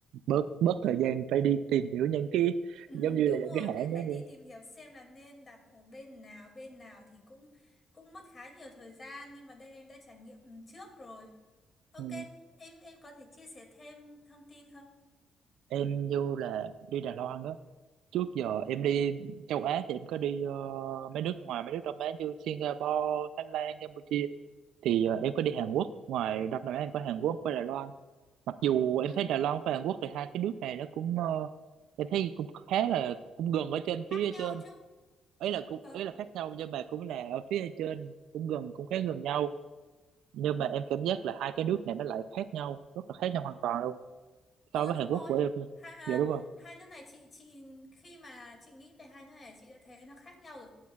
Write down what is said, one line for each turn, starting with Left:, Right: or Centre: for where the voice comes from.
Right: bớt bớt thời gian phải đi tìm hiểu những cái
Left: ừ
Right: giống như
Left: đúng
Right: là những
Left: rồi
Right: cái hãng
Left: lại
Right: đó
Left: phải đi
Right: luôn
Left: tìm hiểu xem là nên đặt ở bên nào bên nào thì cũng cũng mất khá nhiều thời gian nhưng mà đây em đã trải nghiệm ừ, trước rồi ok
Right: ừ.
Left: em em có thể chia sẻ thêm thông tin không
Right: em vô là đi Đài Loan đó trước giờ
Left: ừ
Right: em đi châu Á thì em có đi ờ, mấy nước ngoài mấy nước Đông Á như Singapore, Thái Lan, Campuchia thì ờ, em có đi Hàn Quốc ngoài Đông Nam Á em có Hàn Quốc với Đài Loan mặc dù em
Left: ừ
Right: thấy Đài Loan và Hàn Quốc thì hai cái nước này nó cũng ờ, em thấy cũng khá là cũng gần ở trên
Left: khác
Right: phía
Left: nhau
Right: trên
Left: chứ
Right: ấy là cũng
Left: ờ
Right: ấy là khác nhau nhưng mà cũng là ở phía trên cũng gần cũng khá gần nhau nhưng
Left: ừ
Right: mà em cảm giác là hai cái nước này nó lại khác nhau rất là khác nhau hoàn toàn luôn
Left: ừ
Right: so với
Left: đúng
Right: Hàn Quốc
Left: rồi
Right: của em nha.
Left: hai à,
Right: dạ đúng
Left: hai nước này chị chị khi mà chị nghĩ về hai nước này chị đã thấy nó khác nhau rồi